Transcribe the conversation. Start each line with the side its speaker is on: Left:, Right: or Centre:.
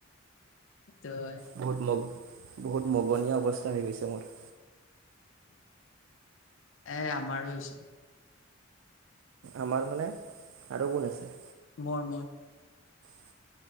Left: ত এ
Right: বহুত মগ বহুত মগনীয়া অৱস্থা হৈ গৈছে মোৰ।
Left: এ, আমাৰো হৈছে।
Right: আমাৰ মানে আৰু গুণ আছে।
Left: মই, মই।
Right: <unintelligible>